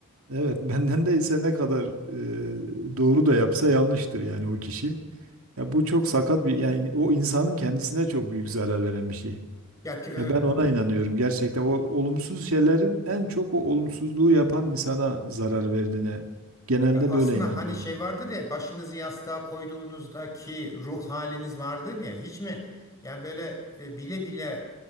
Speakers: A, on the right; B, on the left.
A: evet <laughs> benden değilse ne kadar e, doğru da yapsa yanlıştır yani o kişi. Ya bu çok sakat bir yani o insanın kendisine çok büyük zarar veren bir şey.
B: Ya ki,
A: Ya ben ona inanıyorum gerçekten o olumsuz şeylerin en çok o olumsuzluğu yapan insana zarar verdiğine genelde
B: Ya Aslında
A: böyle inanıyorum
B: hani şey
A: ben.
B: vardır ya başınızı yastığa koyduğunuzdaki ruh haliniz vardır ya hiç mi yani böyle e, bile bile